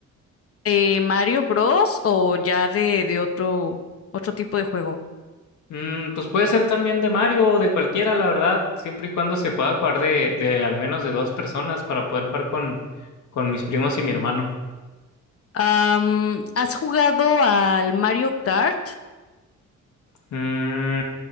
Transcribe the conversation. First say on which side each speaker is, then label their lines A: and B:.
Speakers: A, on the left (about 50°); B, on the left (about 70°).
A: de Mario Bros o ya de, de otro, otro tipo de juego?
B: Mm, pues puede ser también de Mario o de cualquiera, la verdad, siempre y cuando se pueda jugar de, de al menos de dos personas para poder jugar con, con mis primos y mi hermano.
A: Am, ¿has jugado al Mario Kart?
B: Mm,